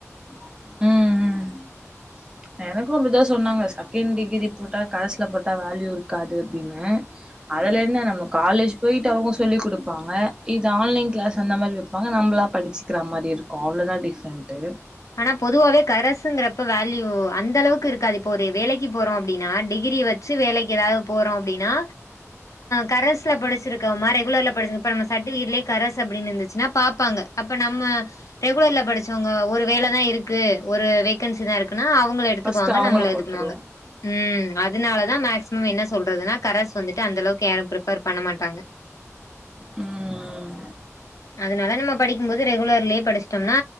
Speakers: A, on the right; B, on the left.
A: ம் ம் எனக்கூ அப்டிதா சொன்னாங்க செக்கெண்ட் டிகிரி போட்டா கரஸ்ல போட்டா வேல்யூ இருக்காது அப்படின்னு அதெல என்ன நம்ம காலேஜ் போயிட்டு அவுங்க சொல்லிக் கொடுப்பாங்க இது ஆன்லைன் கிளாஸ் அந்த மாரி வைப்பாங்க நம்பளா படிச்சுக்கிற மாரி இருக்கும் அவ்ளோதான் டிஃப்ரெண்ட்டு
B: ஆனா பொதுவாவே கரசுங்கறப்ப வேல்யூ அந்த அளவுக்கு இருக்காது இப்போ ஒரு வேலைக்கு போறோ அப்டீன்னா டிகிரிய வச்சு வேலைக்கு ஏதாவது போறோ அப்டீன்னா கரஸ்ல படிச்சிருக்கவமா ரெகுலர்ல படிச்சப்ப நம்ம சர்டிபிகேட்லயே கரஸ் அப்படின்னு இருந்துச்சுன்னா பாப்பாங்க அப்ப நம்ம ரெகுலர்ல படிச்சவங்க ஒரு வேல தா இருக்கு ஒரு வேக்கன்சி தா இருக்குன்னா அவங்கள எடுத்துக்குவாங்க
A: ஃபர்ஸ்ட் அவங்களுக்கு
B: நம்மள இது
A: குடுத்துருவோ
B: பண்ணுவாங்க. உம் அதனாலதான் மக்ஸ் ம் என்ன சொல்றதுன்னா கரஸ் வந்துட்டு அந்தளவுக்கு யாரும் ப்ரிஃபர் பண்ண மாட்டாங்க
A: ம்
B: அதனால நம்ம படிக்கும்போது ரெகுலர்லயே படிச்சிட்டோம்னா